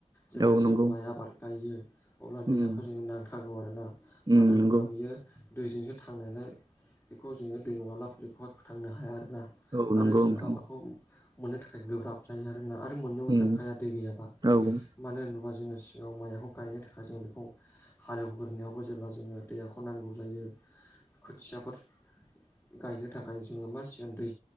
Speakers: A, on the left; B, on the right.
A: जेब्ला
B: औ
A: जोंङ
B: नंगौ
A: माइ आबाद गायो अब्ला
B: उम
A: दैहाखौ जोङो नांथारगौ आरोना मानो
B: उम
A: होनोब्ला
B: नंगौ
A: बियो दैजोंसो थांनायलाय बेखौ जोङो दै नङाब्ला बेखौहाय फोथांनो हाया आरोना।
B: औ नंगौ
A: आरो जोङो
B: नोंथां
A: आबादखौ मोननो थाखाय गोब्राब जायो आरोना आरो मोननोबो
B: उम
A: थांखाया दै गैयाबा।
B: औ उम
A: मानो होनोब्ला जोङो सिगाङाव माइखौ गायनो थाखाय जों बेखौ हालेवग्रोनायावबो जेब्ला जोङो दैहाखौ नांगौ जायो खोथियाफोर गायनो थाखाय जोङो मासिग उन्दै